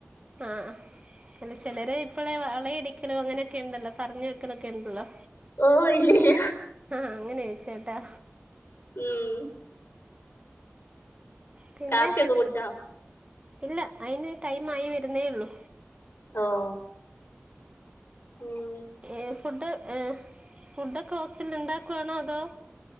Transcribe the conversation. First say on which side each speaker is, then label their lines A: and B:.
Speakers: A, on the right (about 25°); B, on the left (about 60°).
A: ആഹ് അല്ല ചെലരെയിപ്പളെ വ വളയിടിക്കലും അങ്ങനെയൊക്കെയ്ണ്ടല്ലോ പറഞ്ഞു വെക്കലൊക്കെയ്ണ്ടല്ലോ
B: ഓ ഇല്ലില്ല
A: ആഹ് അങ്ങനെയോയിച്ചേട്ടാ
B: ഉം
A: പിന്നെ
B: കാപ്പിയൊക്കെ കുടിച്ചോ
A: ഇല്ല അയിന് ടൈമായി വെരുന്നേയൊള്ളു
B: ഓഹ് ഉം
A: ഏഹ് ഫുഡ് ഫുഡൊക്കെ ഹോസ്റ്റലില്ണ്ടാക്കുവാണോ അതോ